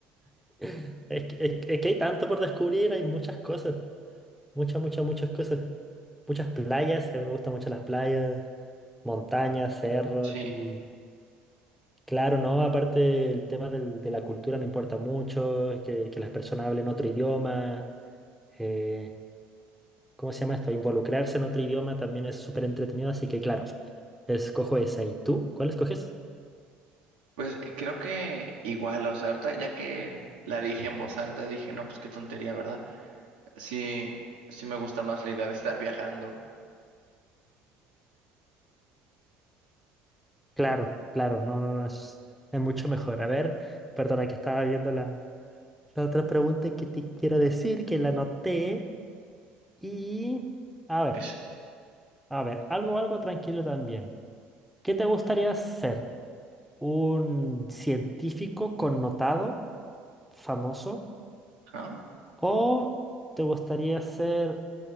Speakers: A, in the centre; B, on the right (about 80°).
A: <laughs> Es que, es que es que hay tanto por descubrir, hay muchas cosas, muchas, muchas, muchas cosas. Muchas playas, que a mí me gustan mucho las playas, montañas, cerros
B: Sí,
A: y... Claro, ¿no? Aparte el tema del- de la cultura me importa mucho, que, que las personas hablen otro idioma, eh, ¿cómo se llama esto? Involucrarse en otro idioma también es súper entretenido, así que claro, escojo esa. ¿Y tú? ¿Cuál escoges?
B: pues eh, creo que igual, o sea, ahorita ya que la dije en voz alta, dije, no, pues qué tontería, ¿verdad? Sí, sí me gusta más la idea de estar viajando.
A: Claro, claro, no, no, no, es, es mucho mejor. A ver, perdona que estaba viendo la, la otra pregunta que te quiero decir, que la anoté. Y, a ver,
B: Es-
A: a ver, algo, algo tranquilo también. ¿Qué te gustaría ser? ¿Un científico connotado, famoso?
B: ¿ah?
A: ¿O te gustaría ser